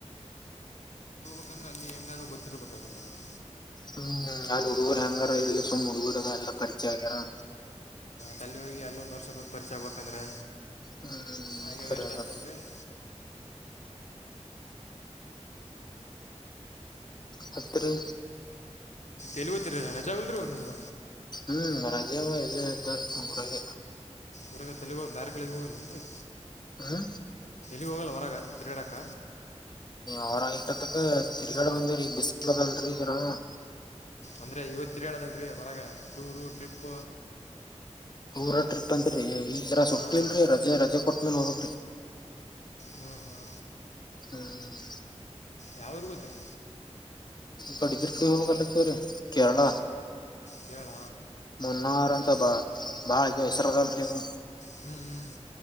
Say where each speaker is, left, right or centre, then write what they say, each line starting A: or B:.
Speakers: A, on the left; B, on the left.
A: ಯಾಕಂದ್ರೆ ಅಲ್ಲಿ ಹೆಂಗ ಆದ ಗೊತ್ತಿರಬೇಕಲಿ ಮೊದಲು.
B: ಹ್ಮ್ ಹ್ಮ್ ಅಲ್ಲಿ ಹುಡುಗರು
A: ಮಾಡ್ಬೇಕು
B: ಹೆಂಗಾರ ಇಲ್ಲಿ ಸುಮ್ಮ್ ಹುಡುಗರು ಎಲ್ಲ ಪರಿಚಯ ಆಗ್ಯಾರ.
A: ತಲ್ಲಿ ಹೋಗಿ ಅಲ್ಲೊಂದು ವರ್ಷ ಬೇಕು ಪರಿಚಯ ಆಗಬೇಕೆಂದ್ರೆ.
B: ಹ್ಮ್
A: ಹಂಗೆ
B: ಸರಿ
A: ವೇಸ್ಟ್
B: ಅದ
A: ಆಯ್ತ ಅಂತೇಳಿ.
B: ಮತ್ತ ರಿ.
A: ಎಲ್ಲಿಗೆ ಹೋಗ್ತೀರಿ ರಜಾವಲ್ರು ನಿಮ್ಗ.
B: ಹ್ಮ್ ರಜ ಅವ ಇಲ್ಲ ಇದ್ದಾರ ಊರಾಗ.
A: ಊರಾಗ ತಲುಗೋಗ ಬೇರೆ ಕಡೆಗೆ ಹೋಗಲ್ಲೇನ್ ರೀ.
B: ಹ.
A: ಎಲ್ಲಿಗ್ ಹೋಗಲ್ಲ ಹೊರಗ ತಿರಿಗಡಕ.
B: ಅವ್ರ ಇಟ್ಟತ್ತಕ ತಿರ್ಗಾಡಿ ಬಂದಿವಿ ಬಿಸಲಾದಲ್ರೀ. <unintelligible>
A: ಅಂದ್ರೆ ಇವತ್ತು ತಿರುಗಡದಲ್ರಿ ಹೊರಗ ಟೂರು ಟ್ರಿಪ್
B: ಊರ ಟ್ರಿಪ್ ಅಂತ್ರಿ ಈಗ
A: ಹಾಂ
B: ಸುಟ್ಟಿಲ್ರಿ ರಜೆ ರಜೆ ಕೋಟಮೇಲೆ ಹೋಗಬೇಕ್ರಿ
A: ಹ್ಮ್ ಹ್ಹಾ.
B: ಹ್ಮ್
A: ಯಾವ್ ಊರಿಗೆ ಹೋಗ್ತೀರಿ.
B: ಗಡಿದ್ರ ಕಡೆ ಹೋಗಲ್ಲತ್ತವರಿ ಕೇರಳ
A: ಕೇರಳ
B: ಮುನ್ನಾರ ಅಂತ ಬಾತ <unintelligible> ಹೆಸರು ಆದಲ್ರಿ ಹ್ಹಾ
A: ಹ್ಞೂ ಹ್ಞೂ